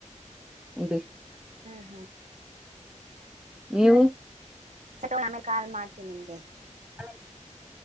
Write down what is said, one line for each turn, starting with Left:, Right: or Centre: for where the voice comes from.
Centre: ಉಂಡಿ
Right: ಹ್ಮ್ ಹ್ಮ್
Centre: ನೀವು
Right: ಸ ತೊ ಆಮ್ಮೆಲ್ ಕಾಲ್ ಮಾಡ್ತಿ ನಿಮ್ಗೆ.
Centre: <unintelligible>